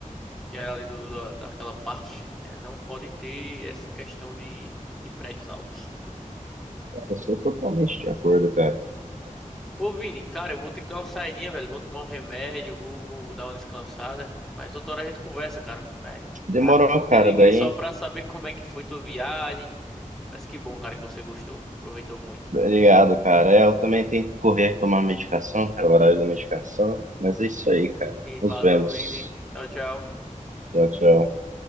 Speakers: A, in the centre; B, on the right.
A: que era ali do, da, daquela parte, é, não pode ter essa questão de, de prédios altos.
B: Eu sou totalmente de acordo, cara.
A: né? Ô Vini, cara, eu vou ter que dar uma saidinha, velho. Vou tomar um remédio, vou, vou dar uma descansada. Mas outra hora a gente conversa, cara. É,
B: Demorou,
A: tá, te
B: cara.
A: liguei
B: Daí,
A: só pra saber como é que foi tua viagem. Mas que bom, cara, que você gostou. Aproveitou muito.
B: obrigado, cara. É, Eu também tenho que correr tomar medicação, cara, o horário da medicação. Mas é isso aí, cara.
A: E
B: Nos
A: valeu,
B: vemos.
A: Vini. Tchau, tchau.
B: Tchau, tchau.